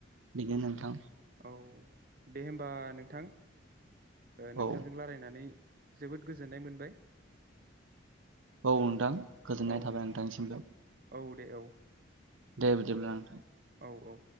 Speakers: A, on the right (about 80°); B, on the right (about 45°).
A: बेनो नोंथां
B: औ दे होमबा नोंथां नोंथांजों
A: औ
B: रायलायनानै जोबोद गोजोननाय मोनबाय।
A: औ नोंथां गोजोननाय
B: औ
A: थाबाय नोंथांनिसिमबो।
B: औ दे औ
A: दे बिदिब्ला नोंथां।
B: औ औ।